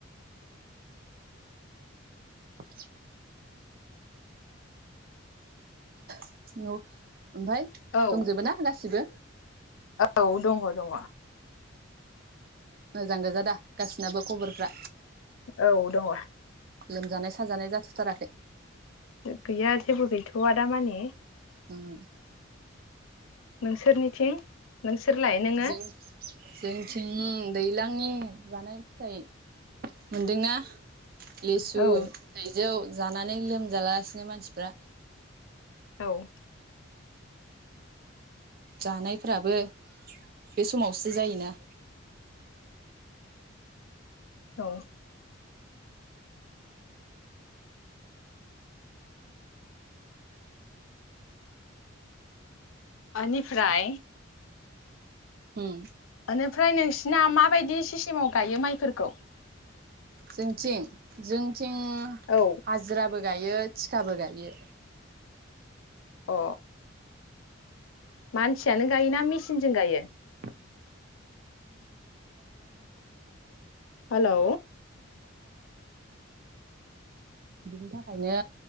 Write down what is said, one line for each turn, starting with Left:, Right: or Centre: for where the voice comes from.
Right: आ न' ओमफफ्राय
Left: औ
Right: दंजोबो ना गासिबो
Left: औ दङ दङ
Right: मोजां गोजादा गासिनाबो खबरफ्रा
Left: औ दङ
Right: लोमजानाय साजानाय जाथ'थाराखै
Left: गैया जेबो गैथ'वा दा माने
Right: उओ
Left: नोंसोरनिथिं नोंसोरलाय नोङो
Right: जों जोंथिं दैज्लांनि जानाय फिथाइ मोनदोंना लिसु
Left: औ
Right: थाइजौ जानानै लोमजालागासिनो मानसिफ्रा
Left: औ
Right: जानायफोराबो बे समावसो जायोना।
Left: औ आ फ्राय
Right: उम
Left: बेनिफ्राय नोंसिना माबायदि सिस्टेमाव गायो माइफोरखौ
Right: जोंथिं जों आथिं
Left: औ
Right: हाजिराबो गायो थिखाबो गायो।
Left: अ मानसियानो गायोना मेसिनजों गायो।
Right: जोंं सोरबा सोरबा मेचिं लायो।
Left: हेलौ
Right: सिनि ल बा बिनि थाखायनो